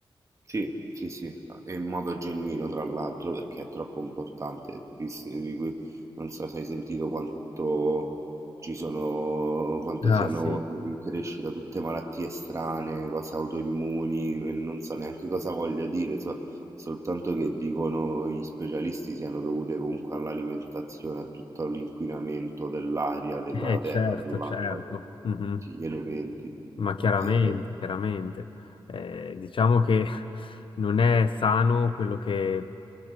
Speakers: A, on the right; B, on the left.
A: Sì, sì, sì, Ah, e in modo genuino tra l'altro perché è troppo importante distribuirli. Non so se hai sentito quanto ci sono, quanto
B: Ah
A: siano
B: sì,
A: in crescita tutte malattie strane, cose autoimmuni, e non so neanche cosa voglio dire, so- soltanto che dicono gli specialisti siano dovute comunque all'alimentazione, a tutto l'inquinamento dell'aria, della
B: eh,
A: terra,
B: certo,
A: dell'acqua,
B: certo. Mhm.
A: tutti gli elementi.
B: Ma chiaramente,
A: Eh,
B: chiaramente. Eh, diciamo che <laughs> non è sano quello che,